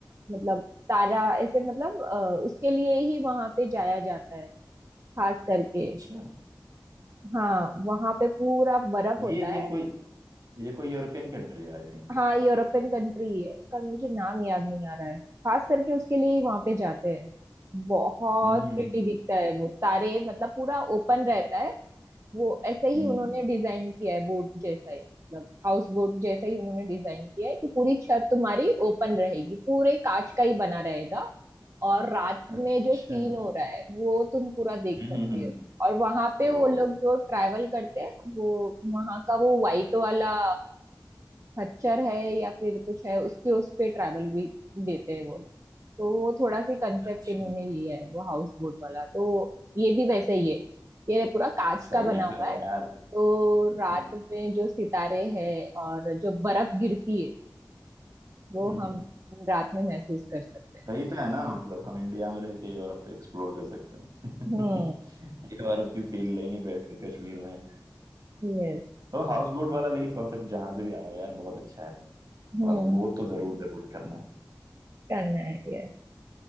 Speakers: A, on the right; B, on the right.
A: मतलब तारा ऐसे मतलब अ, उसके लिए ही वहां पे जाया जाता है खास करके
B: अच्छा
A: हाँ वहां पे पूरा बर्फ होता
B: ये ये
A: है
B: कोई ये कोई यूरोपियन कंट्री है आई थिंक
A: हाँ यूरोपियन कंट्री है उसका मुझे नाम याद नहीं आ रहा है खास करके उसके लिए ही वहां पे जाते हैं बहुत
B: हम्म हम्म
A: प्रिटी
B: हम्म
A: दिखता है वो तारे मतलब पूरा ओपन रहता है वो ऐसे ही
B: हम्म,
A: उन्होंने
B: हम्म,
A: डिजाइन किया है बोट जैसा ही मतलब हाउस बोट जैसा ही उन्होंने डिजाइन किया है कि पूरी छत तुम्हारी ओपन रहेगी पूरे कांच का ही बना रहेगा और रात
B: अच्छा
A: में जो सीन
B: हम्म
A: हो रहा है वो तुम पूरा देख
B: हम्म
A: सकते
B: हम्म,
A: हो और वहां पे
B: वो
A: वो लोग जो ट्रैवल करते हैं वो वहां का वो वाइट वाला खच्चर है या फिर कुछ है उसके उस पे ट्रैवल भी देते हैं वो लोग तो वो थोड़ा सी कंसेप्ट
B: अच्छा
A: इन्होंने लिया है वो हाउस बोट वाला तो ये भी वैसे ही है ये पूरा कांच
B: सही
A: का बना हुआ
B: तो है
A: है
B: यार
A: तो रात
B: हम्म
A: में जो सितारे हैं और जो बर्फ गिरती है वो
B: हम्म, हम्म,
A: हम
B: हम्म।
A: रात में महसूस कर सकते हैं
B: सही तो है ना मतलब हम इंडिया में रह के यूरोप एक्सप्लोर कर सकते हैं
A: हम्म
B: <laughs> यूरोप की फील लेंगे बैठ के कश्मीर में
A: यस
B: तो हाउस बोट वाला लेकिन कॉन्सेप्ट जहां से भी आया हो यार बहुत अच्छा है
A: हम्म
B: और वो तो जरूर जरूर करना है
A: करना है यस